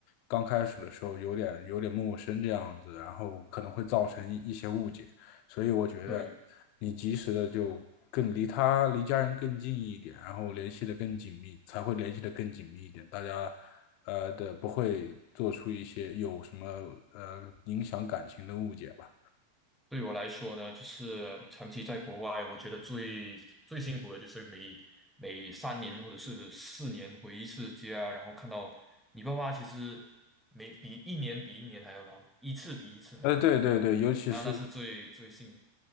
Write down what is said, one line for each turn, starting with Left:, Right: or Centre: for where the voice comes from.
Left: 刚开始的时候有点有点陌生这样子，然后可能会造成一一些误解。所以我觉得
Centre: 对，
Left: 你及时的就更离他离家人更近一点，然后联系的更紧密，才会联系的更紧密一点，大家呃的，不会做出一些有什么呃影响感情的误解吧。
Centre: 对我来说呢，就是长期在国外，我觉得最最辛苦的就是每每三年或者是四年回一次家，然后看到你爸爸其实每比一年比一年还要老，一次比一次还要老。
Left: 呃，对对对，尤其是
Centre: 那那是最最心，